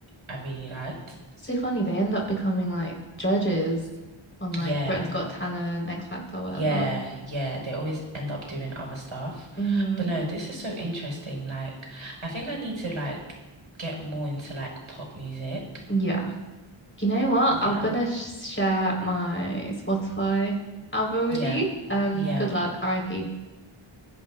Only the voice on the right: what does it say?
I really liked.
Yeah,
yeah, yeah. They always end up doing other stuff.
But no, this is so interesting. Like, I think I need to like get more into like pop music.
Yeah,
yeah,
yeah.